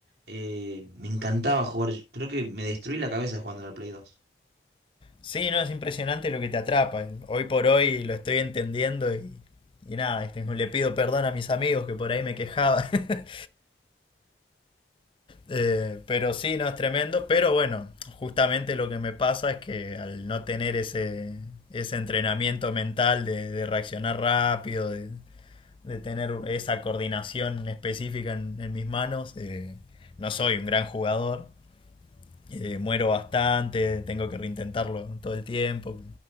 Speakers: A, on the right (about 65°); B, on the left (about 30°).
A: Eh, me encantaba jugar. Creo que me destruí la cabeza jugando a la Play 2.
B: Sí, no, es impresionante lo que te atrapa. Hoy por hoy lo estoy entendiendo y, y nada, este, le pido perdón a mis amigos que por ahí me quejaba. <laughs> Eh, pero sí, no, es tremendo. Pero bueno, justamente lo que me pasa es que al no tener ese, ese entrenamiento mental de, de reaccionar rápido, de, de tener esa coordinación específica en, en mis manos, eh, no soy un gran jugador. eh, muero bastante, tengo que reintentarlo todo el tiempo,